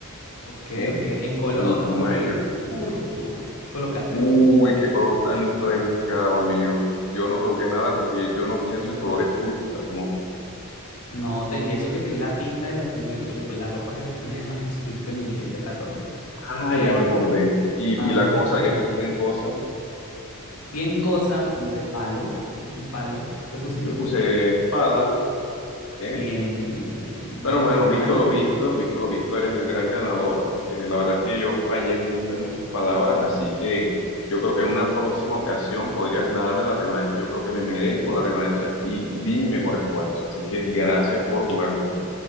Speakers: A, on the left (about 80°); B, on the left (about 60°).
A: Ok,
B: ¿eh?
A: ok. En color
B: Putumayo.
A: coloqué púrpura. ¿Qué colocaste
B: Uy,
A: tú?
B: qué color tan rebuscado, amigo. Yo no coloqué nada porque yo no pienso en colores púrpura como tú.
A: No, te, y eso que te di la pista de lo que le- le- la ropa que le ponían a Jesucristo en la iglesia católica.
B: Ah,
A: Bueno,
B: ya me acordé. Y,
A: ajá.
B: y la cosa que pusiste en cosa,
A: Bien cosa puse palo. Puse un palo. ¿Qué pusiste
B: yo puse
A: tú?
B: pala, ¿eh?
A: Bien, bien, bien.
B: Pero
A: Bueno,
B: bueno,
A: mi hermano,
B: visto lo visto, visto lo visto, eres el gran ganador. Eh, la verdad es que yo fallé mucho en muchas palabras, así que yo creo que en una próxima ocasión podrías darme la revancha. Yo creo que me merezco la revancha y di mi mejor esfuerzo. Así que gracias por jugar conmigo.